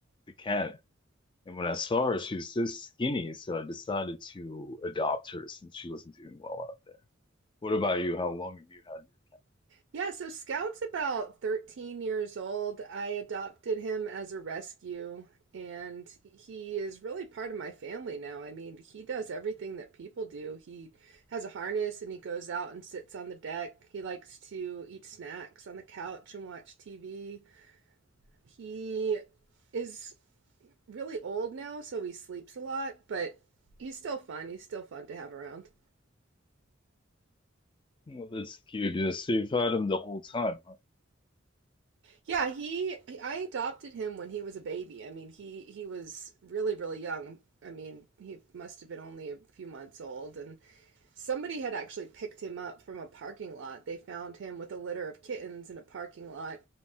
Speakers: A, on the left (about 25°); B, on the right (about 70°).
A: the cat. And when I saw her, she was so skinny, so I decided to adopt her since she wasn't doing well out there. What about you? How long have you had your
B: Yeah, so Scout's about 13 years old. I adopted him as a rescue, and he is really part of my family now. I mean, he does everything that people do. He has a harness and he goes out and sits on the deck. He likes to eat snacks on the couch and watch TV. He is really old now, so he sleeps a lot, but he's still fun. He's still fun to have around.
A: well, that's cute. Yeah, So you've had him the whole time, huh?
B: Yeah, he I adopted him when he was a baby. I mean, he he was really really young. I mean, he must have been only a few months old and somebody had actually picked him up from a parking lot. They found him with a litter of kittens in a parking lot